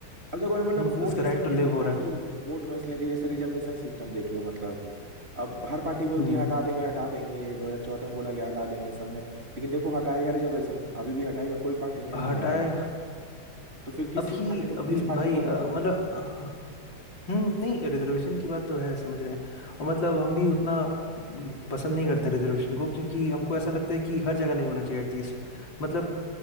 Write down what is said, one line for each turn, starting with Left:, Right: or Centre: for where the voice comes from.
Right: अब देखो मैं मतलब
Left: हम्म
Right: वोट
Left: उसका
Right: इसलिए
Left: राइट
Right: मैंने
Left: टू लिव
Right: दिया
Left: हो
Right: ना
Left: रहा है
Right: कि वोट मैं इसलिए दिया जैसे रिजर्वेशन सिस्टम देख लो मतलब अब हर पार्टी बोलती
Left: हम्म
Right: है हटा देंगे हटा देंगे 2014 में बोला गया हटा देंगे सब में लेकिन देखो हटाएगा रिजर्वेशन अभी भी हटाएगा कोई पार्टी नहीं हटाने
Left: हटाए
Right: वाली तो फिर किस
Left: अभी
Right: पार्टी को
Left: अभी
Right: किस पार्टी
Left: भाई
Right: को
Left: अ,
Right: वोट दूंगी
Left: मतलब
Right: मैं?
Left: अ, हम्म नहीं रिजर्वेशन की बात तो है समझ रहे हैं और मतलब हम भी उतना पसंद नहीं करते हैं रिजर्वेशन को क्योंकि हमको ऐसा लगता है कि हर जगह नहीं होना चाहिए एटलीस्ट मतलब